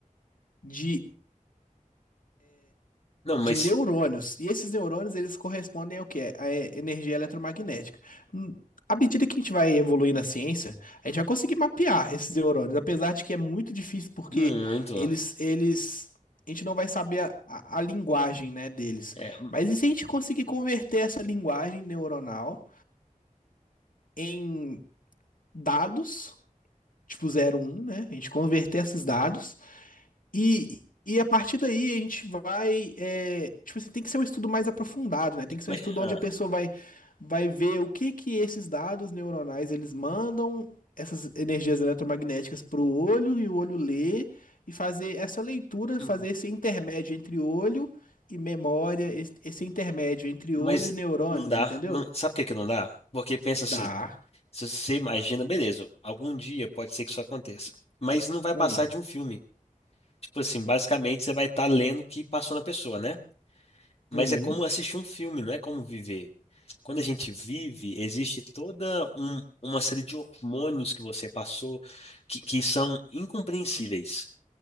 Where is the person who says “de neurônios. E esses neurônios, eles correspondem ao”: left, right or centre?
Left